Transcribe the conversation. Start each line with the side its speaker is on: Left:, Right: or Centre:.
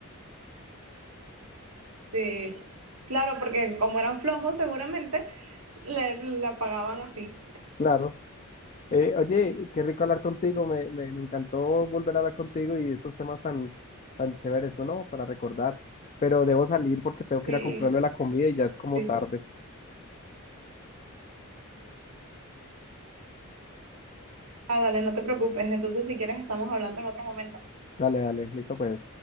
Right: Sí, Claro, porque como eran flojos, seguramente le, la pagaban así.
Left: Claro. Eh, oye, qué rico hablar contigo. Me, me, me encantó volver a hablar contigo y esos temas tan, tan chéveres. Bueno, para recordar. Pero debo salir porque tengo que
Right: sí,
Left: ir a comprarle la comida y ya es como
Right: sí.
Left: tarde.
Right: Ah, dale, no te preocupes. Entonces, si quieres, estamos hablando en otro momento.
Left: Dale, dale, listo, pues.